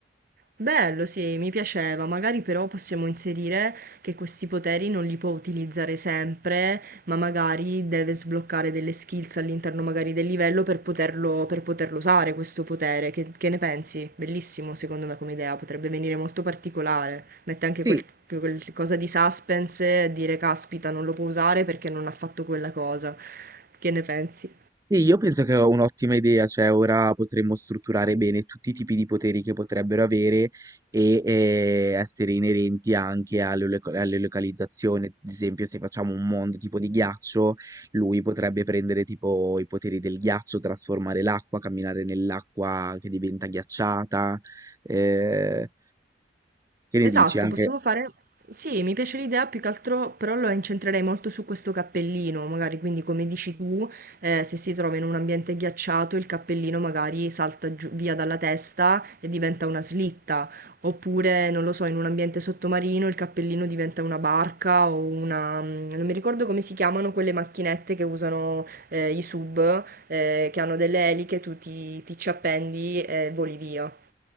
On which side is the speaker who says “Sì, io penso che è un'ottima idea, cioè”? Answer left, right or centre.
Right